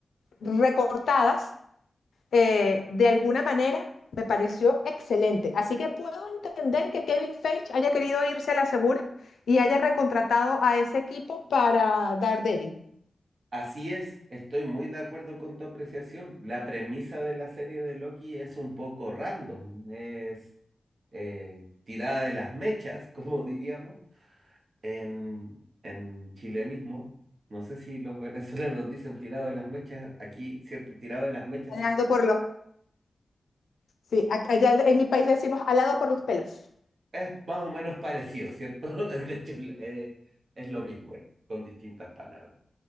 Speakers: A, on the left (about 85°); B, on the right (about 50°).
A: recortadas eh, de alguna manera, me pareció excelente. Así que puedo entender que Kevin Feige haya querido irse a la segura y haya recontratado a ese equipo para Daredevil.
B: Así es, estoy muy de acuerdo con tu apreciación. La premisa de la serie de Loki es un poco random, es eh, tirada de las mechas, <laughs> como diríamos, en, en chilenismo. No sé si los venezolanos dicen tirado de las mechas, aquí, ¿cierto? Tirado de las mechas
A: Alado
B: sí,
A: por los, sí, a- allá en mi país decimos alado por los pelos.
B: es más o menos parecido, ¿cierto? <laughs> De hecho, eh, es lo mismo, con distintas palabras.